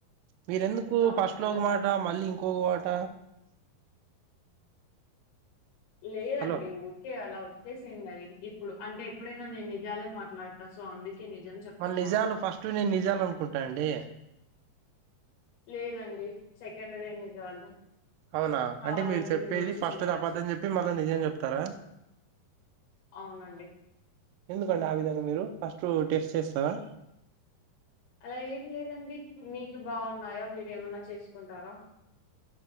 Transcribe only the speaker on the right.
మీరెందుకు ఫస్ట్
లో ఒక మాట మళ్ళీ ఇంకొక వాట
హలో
మల్ నిజాలు ఫస్ట్ నేన్ నిజాలు అనుకుంట అండి.
అవునా
అంటే మీరు చెప్పేది
ఫస్ట్
ది అబద్ధం చెప్పి, మళ్ళ నిజం చెప్తరా?
ఎందుకండి ఆ విధంగా మీరు ఫస్ట్ టెస్ట్ చేస్తావా?